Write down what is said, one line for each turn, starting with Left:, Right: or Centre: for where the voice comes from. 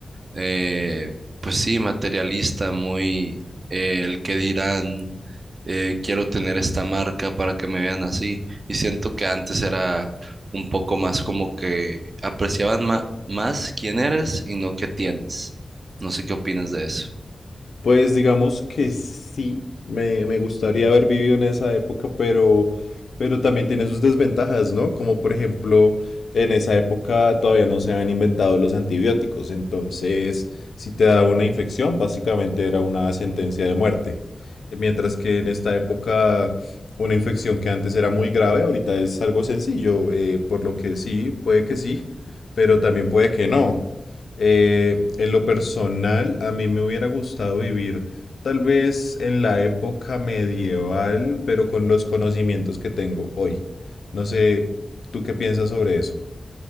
Right: eh, pues sí, materialista, muy eh, el que dirán, eh, quiero tener esta marca para que me vean así. Y siento que antes era un poco más como que apreciaban ma- más quién eres y no qué tienes. No sé qué opinas de eso.
Left: Pues digamos que sí, me, me gustaría haber vivido en esa época, pero, pero también tiene sus desventajas, ¿no? Como por ejemplo, en esa época todavía no se habían inventado los antibióticos, entonces si te daba una infección, básicamente era una sentencia de muerte. Mientras que en esta época una infección que antes era muy grave, ahorita es algo sencillo, eh, por lo que sí, puede que sí, pero también puede que no. Eh, en lo personal, a mí me hubiera gustado vivir tal vez en la época medieval, pero con los conocimientos que tengo hoy. No sé, ¿tú qué piensas sobre eso?